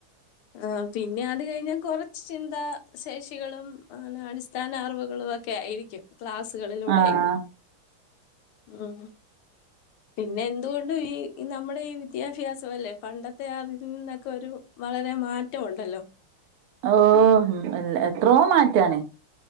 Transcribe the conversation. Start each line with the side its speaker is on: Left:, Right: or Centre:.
Left: ആ പിന്നെ അത് കഴിഞ്ഞാൽ കൊറച്ച് ചിന്താ ശേഷി <unintelligible> <unintelligible> ക്കൂളു തൊക്കെ ആയിരിക്കും. ക്ലാസുകളിലൂടെ
Right: ആ
Left: ഉം പിന്നെ എന്തുകൊണ്ടും ഈ നമ്മുടെ ഈ വിദ്യാഭ്യാസം അല്ലെ പണ്ടത്തെ അതിൽ നിന്നൊക്കെ ഒരു വളരെ മാറ്റമുണ്ടല്ലോ.
Right: ഓ ഉം അല്ല എത്രോ മാറ്റാണ്.